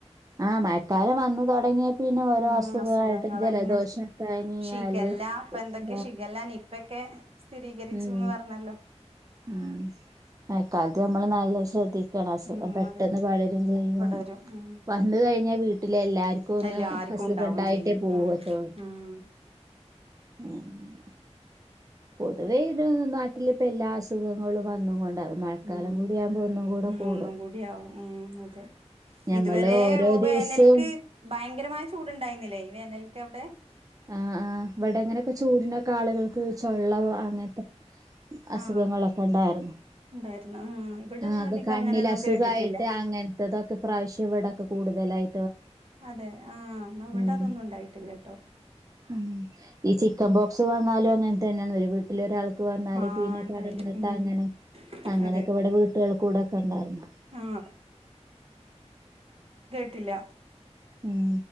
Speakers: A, on the right; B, on the right.
A: ആഹ് മഴക്കാലം വന്ന് തൊടങ്ങിയ പിന്നെ ഓരോ
B: ഉം
A: അസുഖായിട്ടും
B: അസുഖങ്ങളന്നെ
A: ജലദോഷം പനിയാല്
B: ഷിഗല്ല ഇപ്പൊ
A: <unintelligible>
B: എന്തൊക്കെ ഷിഗല്ല നിപ്പയൊക്കെ സ്ഥിരീകരിച്ചുന്ന്
A: ഉം
B: പറഞ്ഞല്ലോ
A: ഉം മഴക്കാലത്ത് <unintelligible> നമ്മള് നല്ലോം ശ്രദ്ധി ണം അസുഖം
B: ഉം
A: പെട്ടെന്ന്
B: അതെ
A: പടരും ചെയ്യും
B: പടരും ഉം
A: വന്ന് കഴിഞ്ഞാ വീട്ടിലെ എല്ലാർക്കാെന്ന്
B: എല്ലാർക്കും
A: അസുഖണ്ടായിട്ടേ
B: ഉണ്ടാവും ചെയ്യും
A: പോവത്തോ
B: ഉം ഉം
A: ങ്ങനെ പൊതുവേ ഇത് നാട്ടില് പ്പ എല്ലാ അസുഖങ്ങളും വന്നും കൊ ണ്ട മഴക്കാലം
B: ഉം
A: കൂടിയാവുമ്പ ഒന്നും കൂടെ
B: ഉം
A: കൂടും
B: ഒന്നും കൂടി ആവും ഉം അതെ
A: ഞമ്മള്
B: ഇതുവരേ
A: ഓരോ
B: ഉ വേനൽക്ക്
A: ദിവസവും
B: ഭയങ്കരമായ ചൂട്ണ്ടായ്ന്ന്ല്ലേ വേനൽക്കവ്ടെ
A: ആ ആ ഇവ്ടെങ്ങനൊക്കെ ചൂട്നൊക്കെ ആള്കൾക്ക് ചൊള്ളവ അങ്ങൻത്തെ അസുഖങ്ങളൊക്കെ
B: ആഹ്
A: ണ്ടായ്ര്ന്നു
B: ഉണ്ടായിരുന്നു ആഹ് ഇവിടെന്നും
A: ആ അക്
B: അധികം
A: കണ്ണിലസുഖായിട്ട്
B: അങ്ങനെയൊന്നും കേട്ടിട്ടില്ല
A: അങ്ങൻത്തതൊക്കെ ഇപ്രാവശ്യം ഇവിടെക്കെ കൂട്തലായ്
B: അതെ ആ ന്നാ ഇവ്ടെ
A: ഉം
B: അതൊന്നും ഉണ്ടായ്ട്ട്ല്ലട്ടോ
A: ഉം ഈ ചിക്കൻ ബോക്സ് വന്നാലും അങ്ങൻതന്നാണ് ഒര് വീട്ടിലൊരാൾ ക്ക് വന്നാല്
B: ആഹ്
A: പിന്നെ
B: ഉണ്ടായില്ല
A: പടർന്ന്ട്ടങ്ങനെ
B: ഉം
A: അങ്ങനെയൊക്കെ
B: അതെ
A: ഇവിടെ വീട്ട്കൾ കൂടൊക്കെണ്ടായ്ര്ന്ന്
B: ആഹ് ട്ട്ല്ല്യ
A: ഉം